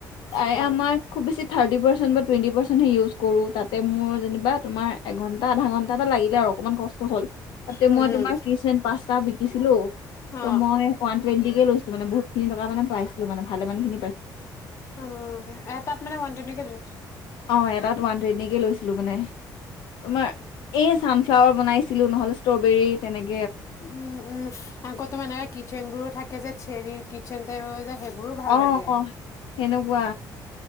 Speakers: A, on the left; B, on the left.
A: তাৰে
B: উম
A: আমাৰ খুব বেছি থাৰ্টি পাৰ্চেন টুৱেন্টি পাৰ্চেন হে ইউজ কৰো তাতে মোৰ যেনিবা তোমাৰ এঘন্। টা আধা ঘন্টা এটা লাগিলে আৰু অকনমান কষ্ট হল তাতে
B: অ উম
A: মই তোমাৰ
B: উম
A: কিচেন পাঁচটা বিকিছিলো। ত'
B: অ
A: মই ওৱানটুৱেণ্টি কে লৈছিলো মানে বহুত খিনি টকা মানে পাইছিলোঁ মানে ভালেমানখিনি পাইছিলোঁ।
B: অ এটাত মানে ওৱান টুৱেণ্টি লয়।
A: অ এটাত ওৱান ট্ৰেনকে লৈছিলো মানে। তোমাৰ এই চানফ্লাৱাৰ বনাইছিলোঁ নহলে ষ্ট্ৰবেৰী তেনেক-
B: উম উম আকৌ তোমাৰ এনেকা কিটচেন বোৰো থাকে যে চেৰি কিটচেন টাইপৰ যে সেইব- মোৰো ভাল
A: অ'
B: লাগে।
A: অ' সেনেকুৱা